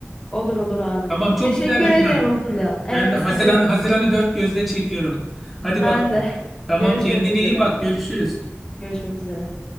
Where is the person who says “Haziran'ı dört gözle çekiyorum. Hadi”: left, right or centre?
Centre